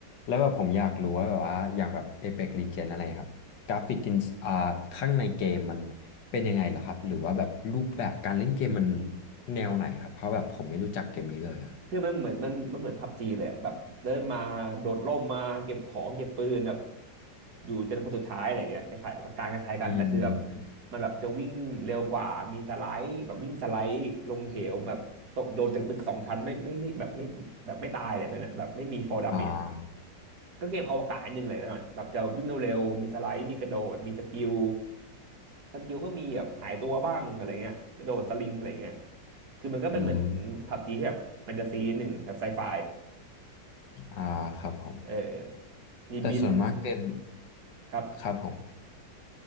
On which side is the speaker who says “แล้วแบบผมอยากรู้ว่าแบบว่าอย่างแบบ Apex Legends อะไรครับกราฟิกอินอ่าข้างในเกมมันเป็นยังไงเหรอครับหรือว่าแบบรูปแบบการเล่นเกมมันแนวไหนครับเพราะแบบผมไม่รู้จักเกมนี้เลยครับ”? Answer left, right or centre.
Left